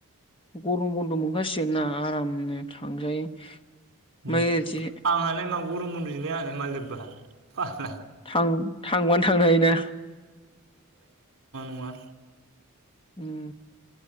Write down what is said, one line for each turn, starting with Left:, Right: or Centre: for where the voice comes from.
Left: गम बन्द' मोनखाासिगोना आरामनो थांजायो ओमफ्राय
Right: ओम
Left: ओरैजे
Right: आंहालाय मा गरम बन्दजोलाय मा लोब्बा फाग्ला
Left: थां-थांबानो थांनो हायोना?
Right: नाङा
Left: उम